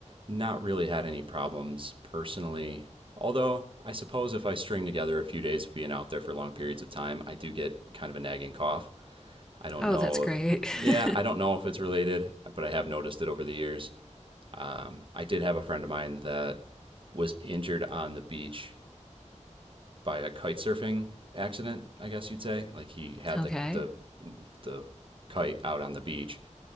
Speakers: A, on the right; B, in the centre.
A: not really had any problems personally. Although I suppose if I string together a few days of being out there for long periods of time, I do get kind of a nagging cough. I don't
B: Oh,
A: know
B: that's great.
A: if, yeah,
B: <laughs>
A: I don't know if it's related, but I have noticed it over the years. Um, I did have a friend of mine that was injured on the beach by a kite surfing accident. I guess you'd say, like he had
B: Okay.
A: the the the kite out on the beach,